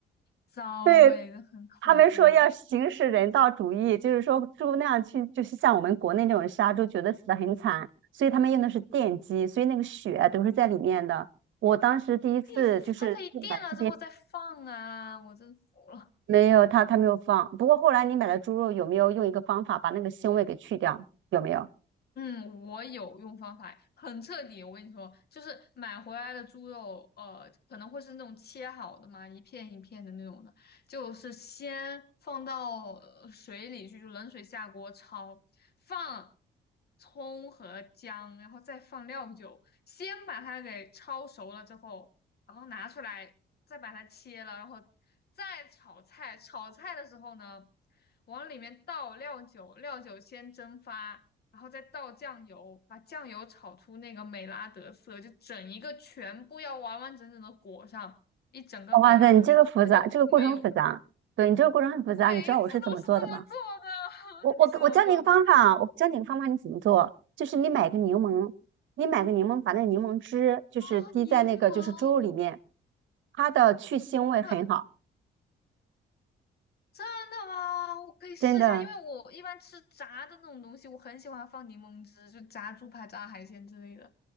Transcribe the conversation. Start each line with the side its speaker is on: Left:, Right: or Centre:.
Left: 骚味，
Right: 对，
Left: 很恐怖。
Right: 他们说要行使人道主义，就是说猪那样去，就是像我们国内那种杀猪，觉得死的很惨，所以他们用的是电击，所以那个血啊都是在里面的。我当时第一次就是买这边
Left: 可以，它可以垫了之后再放啊！我真服了。
Right: 没有，他他没有放。不过后来你买的猪肉有没有用一个方法把那个腥味给去掉？有没有？
Left: 嗯，我有用方法，很彻底。我跟你说，就是买回来的猪肉，呃，可能会是那种切好的嘛，一片一片的那种的，就是先放到呃水里去，就冷水下锅焯，放葱和姜，然后再放料酒，先把它给焯熟了之后，然后拿出来，再把它切了，然后再炒菜。炒菜的时候呢，往里面倒料酒，料酒先蒸发。然后再倒酱油，把酱油炒出那个美拉德色，就整一个全部要完完整整的裹上一整个美拉德色，
Right: 哇塞，你这个复杂，
Left: 它就没有。
Right: 这个过程复杂。对，你这个过程很复杂，
Left: 我每一次都是这么做的，
Right: 你知道我是怎么做的吗？我我我教你一个方法，
Left: <laughs> 你是怎么做的？
Right: 我教你一个方法，你怎么做？就是你买个柠檬，
Left: 嗯
Right: 你买个柠檬，把那柠檬汁就是滴在那个就是猪肉里面，
Left: 啊，柠檬，
Right: 它的去腥味很好，
Left: 呃，真的吗？我可以试一下，
Right: 真的。
Left: 因为我一般吃炸的那种东西，我很喜欢放柠檬汁，就炸猪排、炸海鲜之类的。